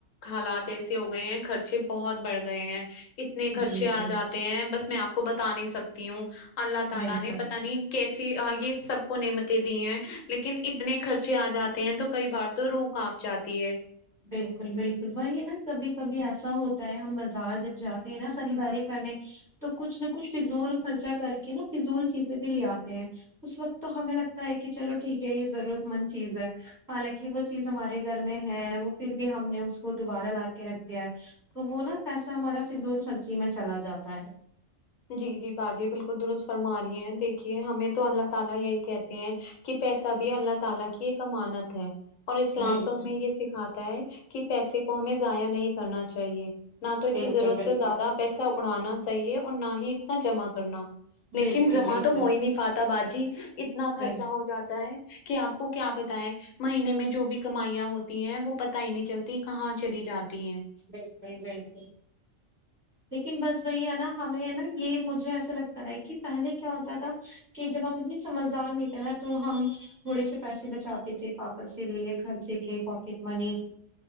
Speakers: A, on the left; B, on the right.
A: حالات ایسے ہو گئے ہیں خرچے بہت بڑھ گئے ہیں اتنے خرچے
B: جی
A: آ
B: جی
A: جاتے ہیں بس میں آپ کو بتا نہیں سکتی ہوں اللہ تعالی
B: بالکل
A: نے پتہ نہیں کیسی یہ سب کو نعمتیں دی ہیں لیکن اتنے خرچے آ جا تے ہیں تو کئی بار تو روح کانپ جاتی ہے
B: بالکل بالکل وہی نا کبھی کبھی ایسا ہوتا ہے ہم بازار جب جاتے ہیں نا خریداری کرنے تو کچھ نہ کچھ فضول خرچہ کر کے نا فضول چیزیں بھی لے آتے ہیں اس وقت تو ہمیں لگتا ہے کہ چلو ٹھیک ہے یہ ضرورت مند چیز ہے حالانکہ وہ چیز ہمارے گھر میں ہے وہ پھر بھی ہم نے اس کو دوبارہ لا کے رکھ دیا ہے تو وہ نا پیسہ ہمارا فضول خرچی میں چلا جاتا ہے
A: جی جی باجی بالکل درست فرما رہی ہیں دیکھیے ہمیں تو اللہ تعالی یہی کہتے ہیں کہ پیسہ بھی اللہ تعالی کی ایک امانت ہے اور اسلام
B: بالکل
A: تو ہمیں یہ سکھاتا ہے کہ پیسے کو ہمیں ضائع نہیں کرنا چاہیے نہ تو اسے
B: بالکل
A: ضرورت
B: بالکل
A: سے زیادہ پیسہ اڑانا صحیح ہے اور نہ ہی اتنا جمع کرنا لیکن
B: بالکل
A: جمع
B: بالکل
A: تو ہو ہی نہیں پاتا باجی اتنا خرچہ
B: بل
A: ہو جاتا ہے کہ آپ کو کیا بتائیں مہینے میں جو بھی کمائیاں ہوتی ہیں وہ پتا ہی نہیں چلتی کہاں چلی جاتی ہیں
B: بالکل بالکل لیکن بس وبی ہے نا ہمیں ہے نا یہ مجھے ایسا لگتا ہے کہ پہلے کیا ہوتا تھا کہ جب ہم اتنے سمجھدار نہیں تھ نا تو ہم تھوڑے سے پیسے بچاتے تھے واپس سے لیے خرچے کے پاکٹ منی